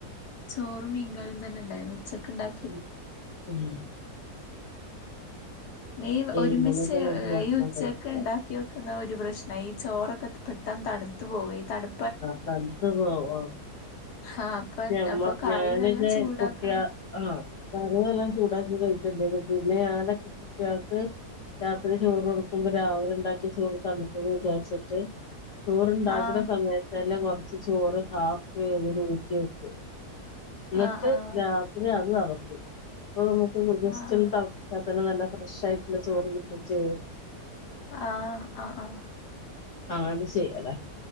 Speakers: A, on the left; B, on the left.
A: ചോറും മീങ്കറിം തന്നെ ഉണ്ടായിരുന്നു ഉച്ചക്കുണ്ടാ
B: ഉം ഉം
A: നീ
B: ഏഴ്
A: ഒരുമിച്ച്
B: മണിയൊക്കെ ആവുമ്പോ ഭക്ഷണം
A: ഈ ഉച്ചക്ക്
B: കഴിക്കണം
A: ഉണ്ടാ ക്കി വെക്കുന്ന ഒരു പ്രശ്നം ഈ ചോറൊക്കെ പെട്ടന്ന് തണുത്ത് പോവേയ് തണു
B: ആഹ് തണത്ത് പോവോ
A: ആ അപ്പ
B: നമ്മ
A: അപ്പൊ കറി
B: ഞാനിന്റെ
A: നല്ല ചൂടാക്കണേ
B: കുട്ടിയേ ആഹ് കറിതെല്ലാം ചൂടാക്കി കഴിക്കണ്ടേന്നു പിന്നെ ഞാനൊക്കെ കുട്ടേൾക്ക് രാത്രി ചോറ് കൊടുക്കുമ്പോ രാവിലെ ഉണ്ടാക്കി ചോറ് തണുക്കും വിചാരിച്ചിട്ട് ചോറ്ണ്ടാക്കുന്ന
A: ആഹ്
B: സമയത്തന്നെ കൊറച്ച് ചോറ് ഹാഫ് വേവ് ല് ഊറ്റി വെക്കും. എന്നിട്ട്
A: ആഹ് ആഹ്
B: രാത്രി അത് തളപ്പിക്കും അപ്പൊ നമുക്ക് ജസ്റ്റ്
A: ആഹ്
B: ഒന്ന് തള ന്നാതന്നെ നല്ല ഫ്രഷ് ആയിട്ടുള്ള ചോറ് കിട്ടും ചെയ്യും
A: ആഹ് ആഹ് ആഹ്
B: ആഹ്അതങ്ങനെ ചെയ്യല.